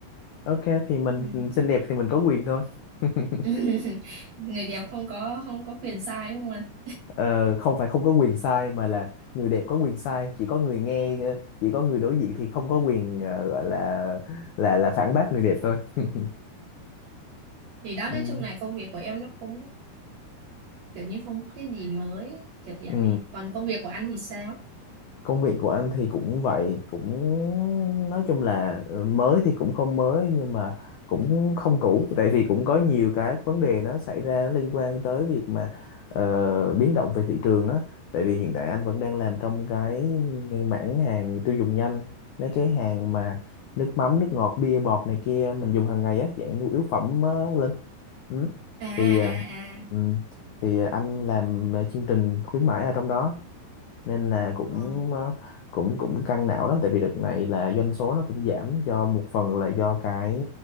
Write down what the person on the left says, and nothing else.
Ok thì mình
xinh đẹp thì mình có quyền thôi. <laughs>
Ờ, không phải không có quyền sai mà là người đẹp có quyền sai, chỉ có người nghe ờ, chỉ có người đối diện thì không có quyền ờ, gọi là là là phản bác người đẹp thôi. <laughs>
Ừ.
Ừ.
công việc của anh thì cũng vậy cũng nói chung là ờ, mới thì cũng không mới nhưng mà cũng không cũ tại vì cũng có nhiều cái vấn đề nó xảy ra nó liên quan tới việc mà ờ, biến động về thị trường á tại vì hiện tại anh vẫn đang làm trong cái mảng hàng tiêu dùng nhanh mấy cái hàng mà nước mắm nước ngọt bia bọt này kia mình dùng hàng ngày á dạng nhu yếu phẩm uh, lên ừ.
thì ờ,
ừ. thì anh làm chương trình khuyến mãi ở trong đó nên là cũng
ờ, cũng cũng căng não lắm tại vì đợt này là doanh số nó cũng giảm do một phần là do cái